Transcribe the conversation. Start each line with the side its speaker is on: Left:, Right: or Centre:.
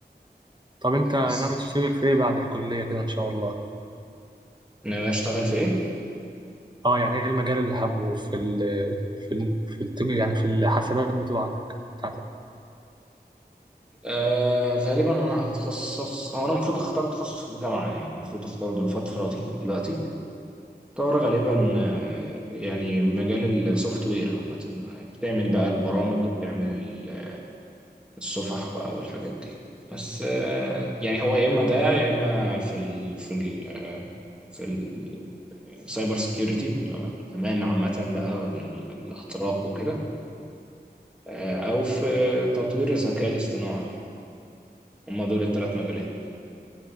Right: طب انت ناوي
Centre: بس
Right: تشتغل في ايه بعد الكلية كده ان شاء الله
Centre: انا اشتغل في ايه؟
Right: اه يعني ايه المجال اللي حابه في ال في ال في الت- يعني في الحسابات بتوعك بتاعتك
Centre: آه غالبا انا هتخصص هو انا المفروض اختار تخصص في الجامعة يعني المفروض اختاره الفترة دي دلوقتي طار غالبا آه، يعني مجال السوفت وير عامة بتعمل بقى البرامج وبتعمل ال- الصفح بقى والحاجات دي بس آه، يعني هو يا إما ده يا إما في ال في ال في السايبر سكيورتي اللي هو الأمان عامة بقى وإن ال- الأطراق وكده آه، أو في تطوير الذكاء الاصطناعي يعني هما دول الثلاث مجالات